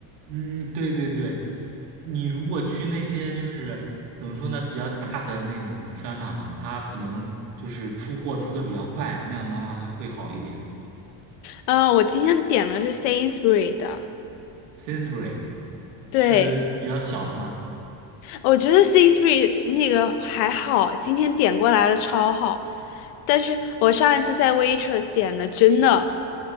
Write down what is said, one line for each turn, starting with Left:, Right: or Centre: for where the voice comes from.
Right: 嗯，对对对，你如果去那些就是怎么说呢，比较大的那种商场嘛，它可能就是出货出的比较快，那样的话会好一点。
Left: 嗯、我今天点的是 Sainsbury 的，
Right: Sainsbury 是比较小的吗？
Left: 对，我觉得 Sainsbury 那个还好，今天点过来的超好，但是我上一次在 Waitrose 点的真的，